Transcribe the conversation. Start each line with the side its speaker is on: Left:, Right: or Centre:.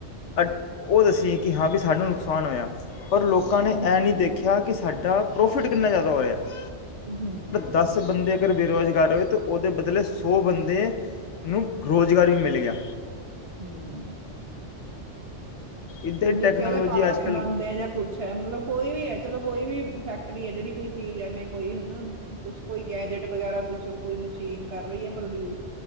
Left: ਅ ਉਹ ਦੱਸੀਸੀ ਕਿ ਹਾਂ ਵੀ ਸਾਨੂੰ ਨੁਕਸਾਨ ਹੋਇਆ। ਪਰ ਲੋਕਾਂ
Right: ਹੂੰ
Left: ਨੇ ਐਂ ਨਹੀਂ ਦੇਖਿਆ ਕਿ ਸਾਡਾ ਪ੍ਰੋਫਿਟ ਕਿੰਨਾ ਜ਼ਿਆਦਾ ਹੋਇਆ <inaudible>
Right: ਹੂੰ
Left: ਦਸ ਬੰਦੇ ਅਗਰ ਬੇਰੁਜ਼ ਜ਼ਦ ਉੱਥੇ ਉਹਦੇ ਬਦਲੇ ਸੌ ਬੰਦੇ ਨੂੰ ਰੁਜ਼ਗਾਰ ਵੀ ਮਿਲ ਗਿਆ।
Right: ਹੂੰ <inaudible>
Left: ਇੱਦਾਂ
Right: ਹੁਣ ਜਿੱਥੇ
Left: ਟੈਕਨੋਲੋਜੀ
Right: ਉਹਦੇ ਪਾਰਟਸ
Left: ਅੱਜ ਕੱਲ੍ਹ
Right: ਬਣਦੇ ਹੈ, ਜਾਂ ਕੁੱਛ ਹੈ ਮਤਲਬ ਕੋਈ ਵੀ ਹੈ ਚਲੋ ਕੋਈ ਵੀ ਫੈਕ ਰੀ ਜਿਹੜੀ ਕੋਈ ਚੀਜ਼ ਹੈ ਮ ਕੋਈ ਹਨਾ ਕੁਛ ਕੋਈ ਗੈਜਟ ਵਗੈਰਾ ਕੁਛ ਕੋਈ ਮਸ਼ੀਨ ਕਰ ਰਹੀ ਏ ਪ੍ਰੋਡਿਊਸ